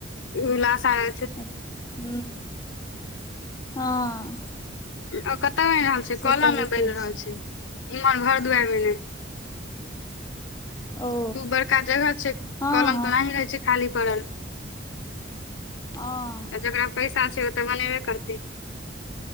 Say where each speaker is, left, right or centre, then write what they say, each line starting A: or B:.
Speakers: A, on the left; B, on the left.
A: <unintelligible>
B: अछ हूं हँ।
A: ओ कतौ बनि रहल छै
B: से
A: कलम
B: तऽ होइते
A: मे बनि रहल छै इम्हर घर दुआरि में नहि।
B: ओ
A: खूब बड़का जगह छै
B: हँ
A: कलम
B: हँ
A: तऽ ओनाहि रहै छै खाली पड़ल
B: हँ
A: आ जकरा पैसा छै ओ तऽ बनेबे करतै।